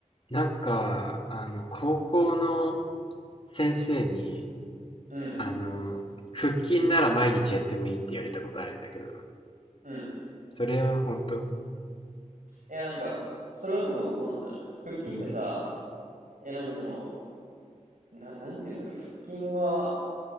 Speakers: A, on the left; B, on the right.
A: なんかあの高校の先生に
B: うん。
A: あの腹筋なら毎日やってもいいって言われたことあるんだけど
B: うん。
A: それは本当
B: いやなんか、それは多分本当なんじゃない腹筋ってさ、
A: うん
B: いやなんかその、な、なんて言うんだろう。腹筋は、